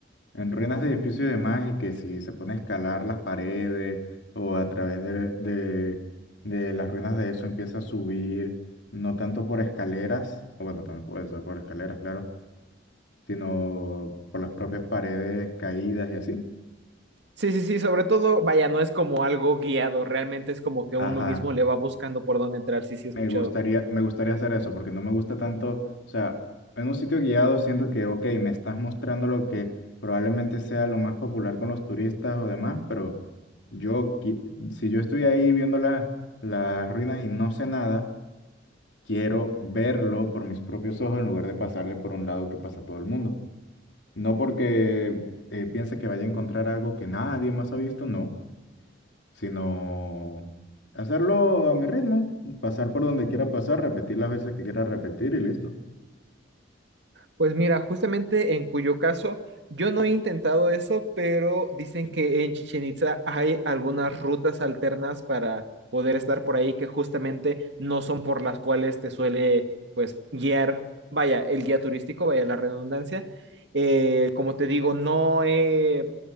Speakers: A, on the left; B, on the right.
A: en ruinas de edificios y demás, y que si se pone a escalar las paredes o a través de, de, de las ruinas de eso empieza a subir, no tanto por escaleras, o bueno, también puede ser por escaleras, claro, sino por las propias paredes caídas y así.
B: Sí, sí, sí, sobre todo, vaya, no es como algo guiado, realmente es como que
A: Ajá.
B: uno mismo le va buscando por dónde entrar, sí, sí, he
A: Me
B: escuchado.
A: gustaría, me gustaría hacer eso porque no me gusta tanto, o sea, en un sitio guiado siento que, ok, me estás mostrando lo que probablemente sea lo más popular con los turistas o demás, pero yo, qui- si yo estoy ahí viendo la- las ruinas y no sé nada, quiero verlo por mis propios ojos en lugar de pasarle por un lado que pasa todo el mundo. No porque eh, piense que vaya a encontrar algo que nadie más ha visto, no sino hacerlo a mi ritmo, pasar por donde quiera pasar, repetir las veces que quiera repetir y listo.
B: Pues mira, justamente en cuyo caso yo no he intentado eso, pero dicen que en Chichen Itza hay algunas rutas alternas para poder estar por ahí que justamente no son por las cuales te suele pues guiar, vaya, el guía turístico, vaya la redundancia. Eh, como te digo, no he